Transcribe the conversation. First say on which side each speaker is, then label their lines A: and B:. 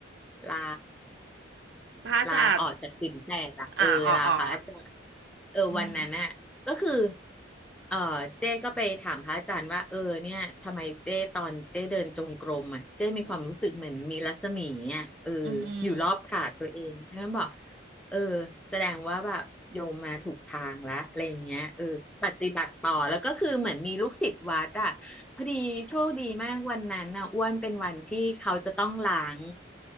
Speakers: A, in the centre; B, on the right.
A: ลา
B: พระอาจารย์
A: ลาออกจากศีลแปดอะเออลาพระอาจารย์
B: อ่าอ๋ออ๋อ
A: เออวันนั้นน่ะก็คือ
B: อืม
A: เออเจ้ก็ไปถามพระอาจารย์ว่าเออเนี่ยทำไมเจ้ตอนเจ้เดินจงกรมอ่ะเจ้มีความรู้สึกเหมือนมีรัศมีอ่ะเออ
B: อืมอืมอืม
A: อยู่รอบขาตัวเองท่านบอก เออแสดงว่าแบบโยมมาถูกทางแล้วอะไรอย่างเงี้ยเออปฏิบัติต่อแล้วก็คือเหมือนมีลูกศิษย์วัดอ่ะพอดีโชคดีมากวันนั้นน่ะอ้วนเป็นวันที่เขาจะต้องล้าง